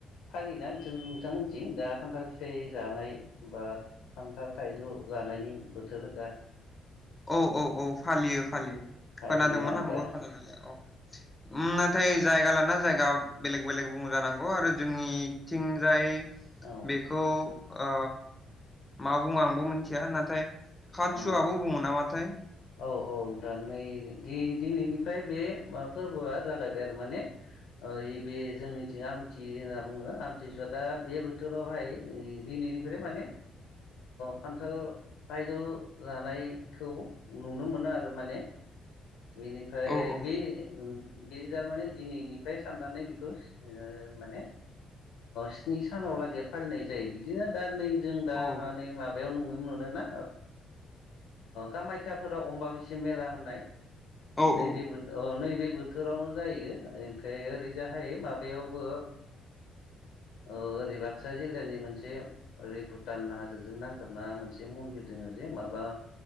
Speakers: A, on the left; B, on the left.
A: फालियोना नोंसोर नोंथांमोनथिं? दा खान्थाल फिथाइ जानाय बा खान्थाल थाइजौ जानायनि बोथोर दा,
B: औ औ औ फालियो फालियो ।
A: फालियोना
B: खोनादोंमोन आंबो
A: दा
B: खोनानायालाय औ उम नाथाय जायगा ला- ना जायगा बेलेग बेलेग बुङो जानांगौ आरो जोंनि थिंजाय
A: औ
B: बेखौ ओ मा बुङो आंबो मिथिया नाथाय खासु
A: औ
B: आबु नामाथाय
A: औ औ नोंथां नै दिनैनिफ्राय बे मा फोरबोआ जागायबाय आरो माने बे जोंनिथिं आमथि होनना बुङो आमथिसुवा दा बे बोथोरावहाय दिनैनिफ्राय माने खानथाल थायजौ जानायखौ नुनो मोनो आरो माने बिनिफ्राय
B: औ औ
A: बे बे तारमाने दिनैनिफ्राय साननानै बेखौ माने स्नि ओ सानाव लागै फालिनाय जायो बिदिनो दा नै जों दा
B: औ
A: माने माबा बेयाव नुनो मोनोना कामाख्याफोराव अमबा बैसा मेला होननाय
B: औ
A: नैबे
B: औ
A: बोथोराव अ नैबे बोथोरावनो जायो ओमफ्राय ओरैजाहाय माबायावबो ओरै बाक्सा जिल्लानि मोनसे ओरै भुटान हाजोजों नांजाबना मोनसे मन्दिर दङ जे माबा